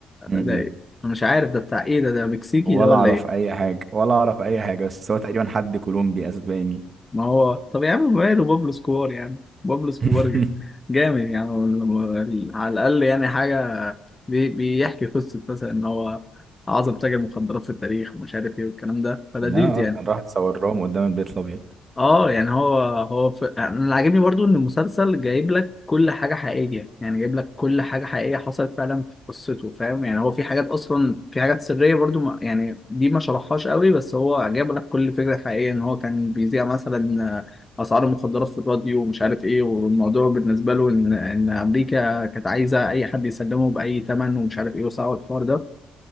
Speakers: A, on the right (about 40°); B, on the left (about 20°).
A: امم
B: ده ايه أنا مش عارف ده بتاع ايه ده ده مكسيكي
A: ولا
B: ده ولا
A: اعرف
B: ايه
A: اي حاجه ولا اعرف اي حاجه بس هو تقريبا حد كولومبي اسباني
B: ما هو طب يا عم ماله بابلو سكوار يعني بابلو سكوار
A: <laughs>
B: جا- جامد يعني وال- وال- على الأقل يعني حاجة بي- بيحكي قصة مثلا إن هو أعظم تاجر مخدرات في التاريخ ومش عارف إيه والكلام ده فلذيذ
A: لا
B: يعني
A: آه، كان راح اتصور لهم قدام البيت الابيض
B: اه يعني هو هو ف... انا اللي عاجبني برضو ان المسلسل جايب لك كل حاجه حقيقيه يعني جايب لك كل حاجه حقيقيه حصلت فعلا في قصته فاهم يعني هو في حاجات اصلا في حاجات سريه برضو ما... يعني دي ما شرحهاش قوي بس هو جايب لك كل فكره حقيقيه ان هو كان بيذيع مثلا اسعار المخدرات في الراديو ومش عارف ايه والموضوع بالنسبه له ان ان امريكا كانت عايزه اي حد يسلمه باي ثمن ومش عارف ايه وصعب الحوار ده